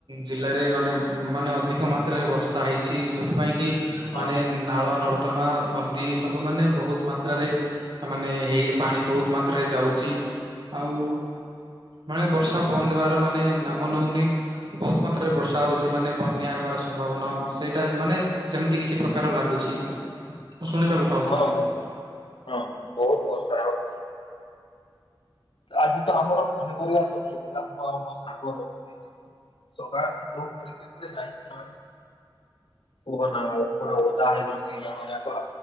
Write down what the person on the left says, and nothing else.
ଆ ହଁ
ହଁ ହଁ ହଁ ବୋହୁତ୍ ବର୍ଷା ହଉଛି। ଆଜି ତ ଆମର ପନିପରିବା ସରିଯାଇଥିଲା। ମୁଁ ଆଉ ମୋ ସାଙ୍ଗ ର ସକାଳ ଯୋଉ ପରିସ୍ତିତିରେ ଜାଇଛୁ କୁହନା ପୁରା ଓଧା ହେଇ ଗଲୁ ଦି ଜଣ ଯାକ।